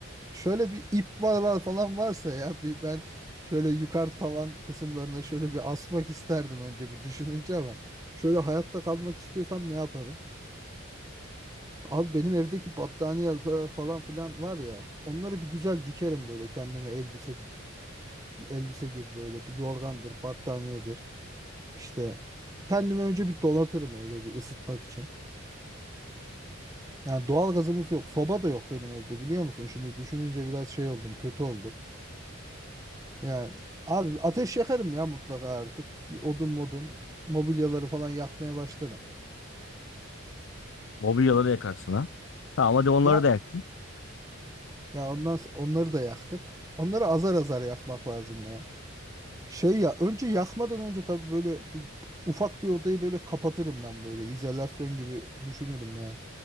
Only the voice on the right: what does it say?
şöyle bir ip var falan varsa ya bir ben şöyle yukarı tavan kısımlarına şöyle bir asmak isterdim önce bir düşününce ama şöyle hayatta kalmak istiyorsam ne yaparım? Abi benim evdeki battaniyeler falan filan var ya onları bir güzel dikerim böyle kendime elbise elbise gibi böyle bir yorgandır, battaniyedir. İşte kendimi önce bir donatırım öyle bir ısıtmak için. Yani doğal gazımız yok, soba da yok benim evde biliyor musun? Şimdi düşününce biraz şey oldum, kötü oldum. Yani abi ateş yakarım ya mutlaka artık. Bir odun modun mobilyaları falan yakmaya başlarım.
Ya
ya ondan s- onları da yaktık. Onları azar azar yakmak lazım ya. Şey ya önce yakmadan önce tabii böyle bir ufak bir odayı böyle kapatırım ben böyle izolasyon gibi düşünürüm ya.